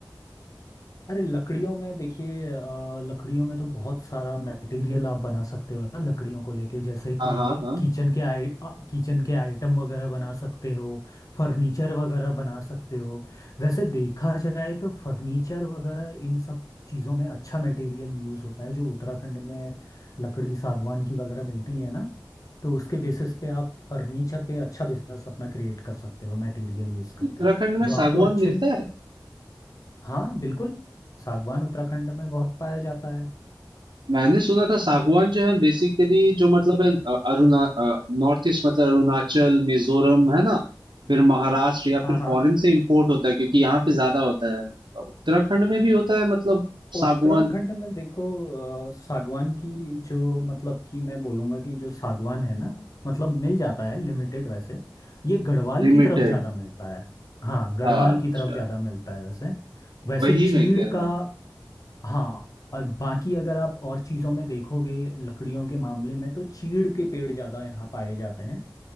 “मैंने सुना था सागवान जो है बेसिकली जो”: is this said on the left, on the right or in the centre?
Right